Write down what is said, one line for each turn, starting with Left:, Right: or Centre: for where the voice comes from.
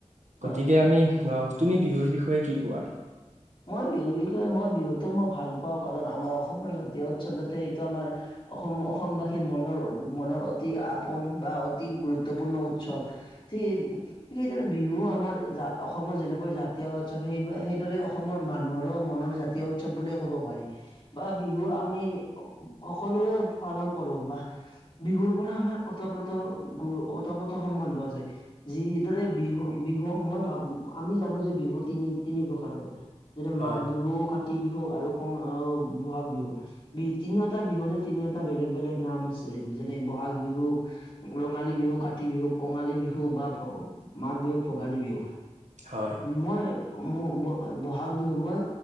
Left: হয়
Right: গতিকে
Left: হয়
Right: আমি অহ তুমি বিহুৰ বিষয়ে কি কোৱা?
Left: মই বিহুৰ বিষয়ে মই বিহুতো মই ভাল পাওঁ। কাৰণ আমাৰ অসমৰ জাতীয় উৎসৱ যাতে এইটো আমাৰ অসম অসমবাসীৰ মনৰ মনৰ অতি আপোন বা অতি গুৰুত্বপূৰ্ণ উৎসৱ ঠিক সেইদৰে বিহু আমাৰ জা অসমৰ যেনেকৈ জাতীয় উৎসৱ সেই সেইদৰে অসমৰ মানুহৰো মনৰ জাতীয় উৎসৱ বুলিয়ে ক'ব পাৰি বা বিহু আমি সকলো পালন কৰো বা বিহুৰ পৰা আমাৰ ওতঃপ্ৰোত ই ওতঃপ্ৰোত সম্বন্ধ আছে। যিদৰে বিহু বিহু মই ভাবো আমি জানো যে বিহু তিনি তিনি প্ৰকাৰৰ যেনে
Right: হয়
Left: মাঘ বিহুও কা কাতি বিহু আৰু ক বহাগ বিহু। ব তিনিওটা বিহুৰে তিনিওটা বেলেগ বেলেগ নাম আছে। যেনে বহাগ বিহুক ৰঙালী বিহু কাতি বিহুক কঙালী বিহু বা মাঘ বিহু ভোগালী বিহু
Right: হয়
Left: মই ম বহাগ বিহু মই